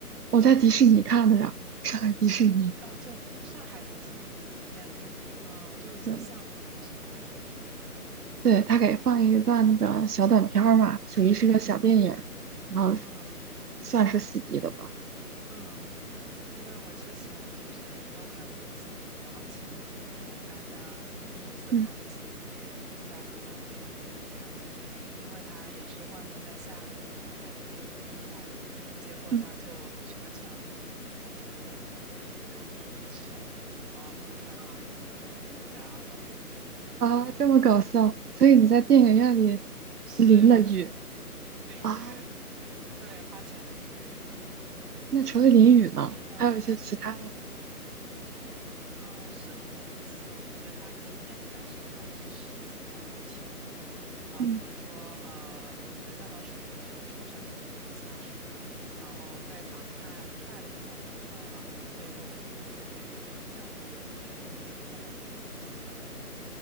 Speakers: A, on the right; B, in the centre.
A: 我在迪士尼看的呀，上海迪士尼。
B: 哦，就上海迪士尼里面看的啊，就是做项目的时候看的，
A: 对
B: 是吗？
A: 对，他给放一段那个小短片儿嘛，属于是个小电影儿，
B: 嗯
A: 然后
B: 嗯嗯
A: 算是四 d 的吧。
B: 嗯，因为我之前就是也没有看过四 d 然后前几天刚刚第一次看了四
A: 嗯
B: d 电影，在荷兰电影院里看的，因为它也是外面在下雨，我想看个电影避一下雨，结果它就全程
A: 嗯
B: 好水，然后所以好像也没有避成，然后看完就回家了。
A: 啊，这么搞笑，
B: 那你呃
A: 所以你在电影院里
B: 是啊，
A: 淋了雨
B: <laughs> 淋浴，
A: 啊？
B: 对，花钱淋浴，
A: 那除了淋雨呢，
B: 嗯、
A: 还有一些其他的？
B: 当时看的，嗯、是很有意思哦，而且他那个电影当时看的是《狮子王》的前作，然后比如说，
A: 嗯。
B: 呃，主角掉到水里去的时候，上面就开始洒水了，然后被反派踹了一脚之后，然后我背后的椅子就给了我一脚，就类似这种的，我觉得还挺有意思的，